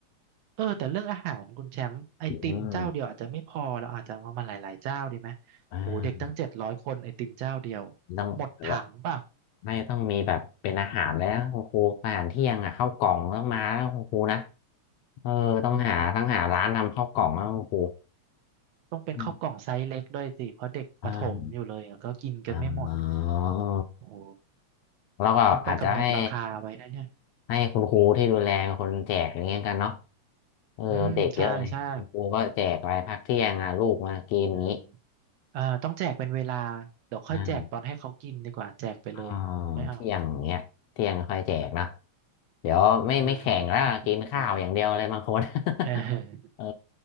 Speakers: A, on the right (about 70°); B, on the left (about 70°).
A: เออแต่เรื่องอาหารคุณแชมป์ไอติมเจ้าเดียวอาจจะไม่พอเราอาจจะเอามาหลายๆเจ้าดีไหม
B: อืมอ่า
A: โอ้โหเด็กตั้งเจ็ดร้อยคนไอติมเจ้าเดียว
B: ต้องแบบว่า
A: หมดถังเปล่ะ
B: ไม่ต้องมีแบบเป็นอาหารเลยนะคุณครูอาหารเที่ยงอ่ะข้าวกล่องต้องมาแล้วคุณครูนะเออต้องหาทั้งหาร้านทำข้าวกล่องแล้วคุณครู
A: อืมต้องเป็นข้าวกล่องไซส์เล็กด้วยสิเพราะเด็กประถมอยู่เลยอะก็กินกันไม่หมด
B: อืมอ่าอ่าอ๋อ
A: โอ้โห
B: แล้วก็อาจจะให้
A: ต้องไปกำหนดราคาไว้นะเนี่ย
B: ให้คุณครูที่ดูแลเป็นคนแจกอย่างเงี้ยกันเนาะเออเด็กเยอะเลยคุณครูก็แจกไปพักเที่ยงอ่ะลูกมากินนี้
A: อืมใช่ใช่อ่าเอ่อต้องแจกเป็นเวลาเดี๋ยวค่อยแจกตอนให้เขากินดีกว่าแจกไปเลยไม่เอา
B: อ่าี้ อ่าเที่ยงเงี้ยเที่ยงค่อยแจกนะเดี๋ยวไม่ไม่แข่งแล้วกินข้าวอย่างเดียวเลยบางคน
A: อ่าได้ได้ได้ได้
B: <laughs>
A: เออ
B: เออ